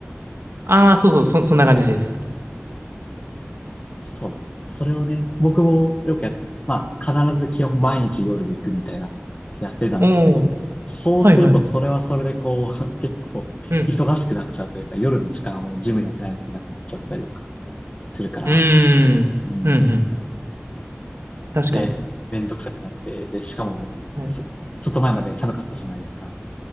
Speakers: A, on the right (about 70°); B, on the left (about 25°).
A: ああ、そうそう、そ、そんな感じです。
B: そうです。それをね、僕もよくやって、まあ、必ず基本毎日夜に行くみたいな、やってたんですけど、
A: おお、
B: そうするとそれはそれでこう、
A: はいはい。
B: <laughs> 結構忙しくなっちゃうというか、
A: うん。
B: 夜の時間をジムやってないといけなくなっちゃったりとかするから、
A: うーん。
B: うん、
A: うんうん。確かに。
B: で、めんどくさくなって、で、しかも、
A: はい。
B: すちょっと前まで寒かったじゃないですか。